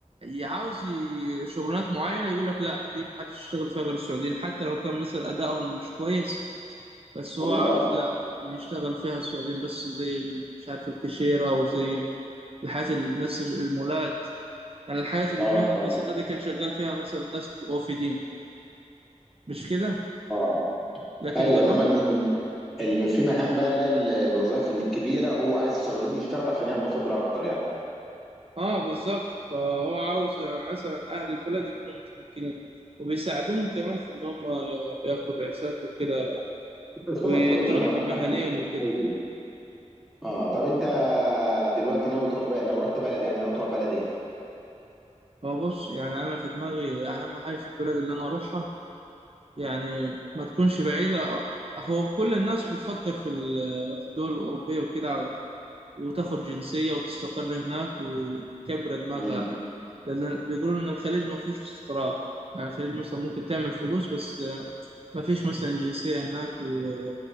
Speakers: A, on the right; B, in the centre.
A: عاوز ي- شغلانات معينة يقول لك لا دي محدش يشتغل فيها غير السعوديين حتى لو كان مثلا أدائهم مش كويس بس هو
B: والله
A: عاوز لا يشتغل فيها السعوديين بس زي ال- مش عارف الكاشيرة أو زي الحياة الناس المولات يعني الحياة المهنة
B: اه
A: البسيطة
B: اه
A: دي كان شغال فيها مثلا ناس وافدين مش كده
B: اه
A: لكن
B: ايوه
A: دلوقتي
B: انما الم... الم- في مهام بقى اللي هي ال- الوظائف الكبيره هو عايز السعوديين يشتغل عشان ياخدوا خبره اكتر يعني
A: اه بالظبط فهو عاوز يعني مثلا أهل البلد يكونوا متمكنين وبيساعدوهم كمان في إن هم ياخدوا بعثات وكده
B: بس
A: ويترقوا
B: هم السعوديين عموما
A: مهنيا
B: بيشتغلوا.
A: وكده
B: اه طب انت دلوقتي ناوي تروح بقى لو رحت بلد يعني ناوي تروح بلد ايه؟
A: هو بص يعني انا في دماغي اهم حاجه في البلد اللي انا اروحها يعني ما تكونش بعيده هو كل الناس بتفكر في ال- في الدول الاوروبيه وكده وتاخد جنسيه وتستقر هناك وتكبر دماغها
B: مم.
A: يعني لان بيقولوا ان الخليج ما فيهوش استقرار يعني الخليج مثلا ممكن تعمل فلوس بس ما فيش مثلا جنسيه هناك و-